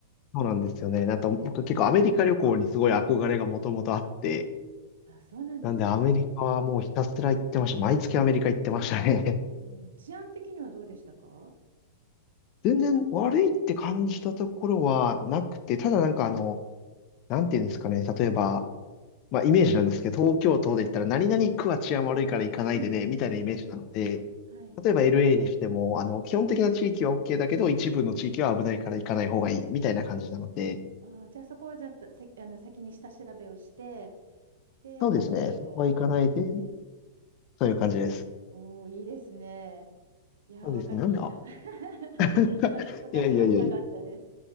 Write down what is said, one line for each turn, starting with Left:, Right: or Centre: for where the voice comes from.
Left: そうなんですよね。あと、
Right: えー、
Left: 僕は結構アメリカ旅行にすごい憧れがもともとあって、
Right: あ、そうなんです
Left: なんでアメリカはもうひたすら行ってました。毎月アメリカ行ってましたね。
Right: ね。えー治安的にはどうでしたか
Left: <laughs> 全然悪いって感じたところはなくて、ただなんかあの、なんていうんですかね、例えば、まあイメージなんですけど、東京都で言ったら何々区は治安悪いから行かないでね、
Right: うんうんうんうん。
Left: みたいなイメージなので、
Right: はい。
Left: 例えば LA にしても、あの、基本的な地域は OK だけど、一部の地域は危ないから行かない方がいい、みたいな感じなので、
Right: あー、じゃあそこをじゃあ、せ、あの先に下調べをして、で、
Left: そうですね。
Right: アンジェルードを行った感じで。
Left: そこは行かないで、そういう感じです。
Right: おおいいですね。いやー、
Left: そうですね。
Right: 若いっていいな。
Left: なんで、あ、
Right: <laughs> わ
Left: <laughs>
Right: 私もしたかったです。
Left: いやいやいやいや。ち